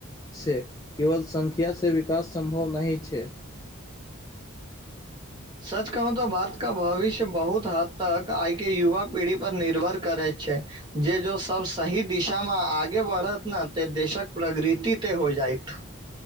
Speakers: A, on the left (about 15°); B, on the right (about 20°).
A: से केवल संख्या से विकास सम्भव नहि छै।
B: सच कहूं तऽ भारत का भविष्य बहुत हद तक आइ के युवा पीढ़ी पर निर्भर करैत छै। जे जो सभ सही दिशामे आगे बढ़त न ते देशक प्रगृति तै हो जायत।